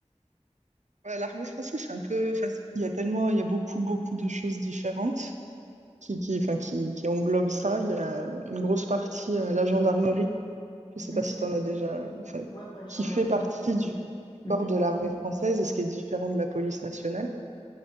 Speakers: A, on the right; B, on the left.
A: Ouais, l'armée française, c'est un peu. enfin, il y a tellement, il y a beaucoup, beaucoup de choses différentes qui, qui, enfin, qui, qui englobent ça. Il y a une grosse partie, euh, la gendarmerie. Je
B: Mhm.
A: ne sais pas si tu en as déjà. Enfin,
B: Ouais, ouais,
A: qui
B: j'en
A: fait
B: ai un peu
A: partie
B: entendu parler.
A: du
B: Mhm,
A: corps de l'armée française, ce qui est différent de la police nationale.